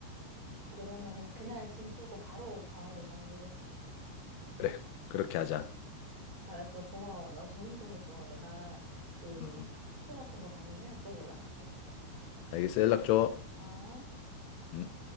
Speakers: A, on the left; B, on the right.
A: 음,
B: 그러면은 그날 짐 풀고 바로 광안리 가는 걸로.
A: 그래, 그렇게 하자.
B: <laughs> 알았어. 고마워. 너 좋은 정보 고마워. 내가 그
A: 음,
B: 숙소 같은 거 잡으면 또 연락할게.
A: 알겠어. 연락 줘.
B: 어?
A: 음.